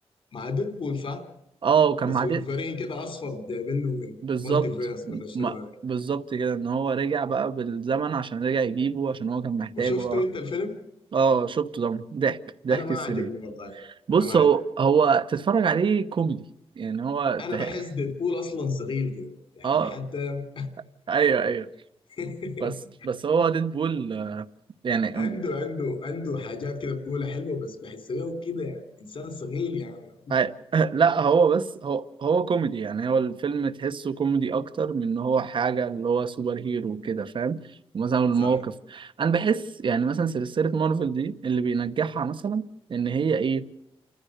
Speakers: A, on the left (about 60°); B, on the right (about 50°).
A: مع ديدبول صح
B: اه وكان
A: بس
B: معاه
A: وولفرين كده اصفر جايبينه من
B: بالظبط
A: مالتي فيرس ولا شنو
B: م-
A: ما عارف
B: بالظبط كده ان هو رجع بقى بالزمن عشان رجع يجيبه عشان هو كان محتاجه
A: وشفته
B: اه
A: انت الفيلم
B: اه شفته طبعا ضحك ضحك
A: انا ما
B: السرير
A: عجبني والله يعني.
B: بص
A: انا ما
B: هو
A: عجبني
B: هو تتفرج عليه كوميدي يعني هو
A: انا
B: تح-
A: بحس ديدبول اصلا صغير كده يعني
B: اه
A: حتى
B: ايوه ايوه
A: <laughs>
B: بس بس هو ديدبول آه، يعني
A: عنده عنده عنده حاجات كده بقولها حلوه بس بحسه كده انسان صغير يعني
B: أي- <laughs> لا هو بس هو هو كوميدي يعني هو الفيلم تحسه كوميدي اكتر من ان هو حاجه اللي هو سوبر هيرو وكده فاهم مثلا المواقف
A: صح
B: انا بحس يعني مثلا سلسله مارفل دي اللي بينجحها مثلا ان هي ايه